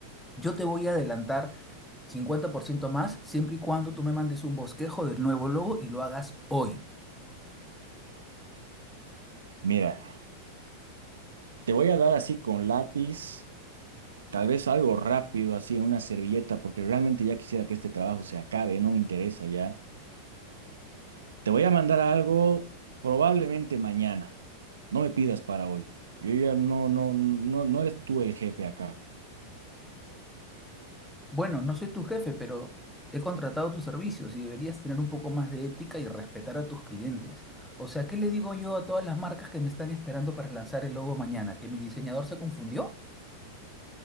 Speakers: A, in the centre; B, on the right.
A: Yo te voy a adelantar 50% más siempre y cuando tú me mandes un bosquejo del nuevo logo y lo hagas hoy.
B: Mira, te voy a dar así con lápiz. Tal vez algo rápido, así en una servilleta, porque realmente ya quisiera que este trabajo se acabe, no me interesa ya. Te voy a mandar algo probablemente mañana. No me pidas para hoy. Yo ya no, no, no, no eres tú el jefe acá.
A: Bueno, no soy tu jefe, pero he contratado tus servicios y deberías tener un poco más de ética y respetar a tus clientes. O sea, ¿qué le digo yo a todas las marcas que me están esperando para lanzar el logo mañana? ¿Que mi diseñador se confundió?